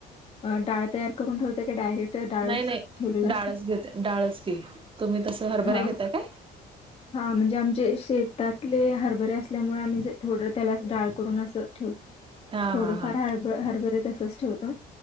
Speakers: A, on the left (about 35°); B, on the right (about 30°).
A: अ डाळ तयार करून ठेवता का डायरेक्ट डाळ
B: नाय नाय
A: ठेवलेलं
B: डाळच
A: असते
B: घेत डाळच की तुम्ही तस हरभरे
A: हा
B: घेताय काय?
A: हा म्हणजे आमचे शेतातले हरभरे असल्यामुळे आम्ही थोडं त्याला डाळ करून असं ठेवतो.
B: हा
A: थोडंफार
B: हा
A: हरब हरभरे तसच ठेवतो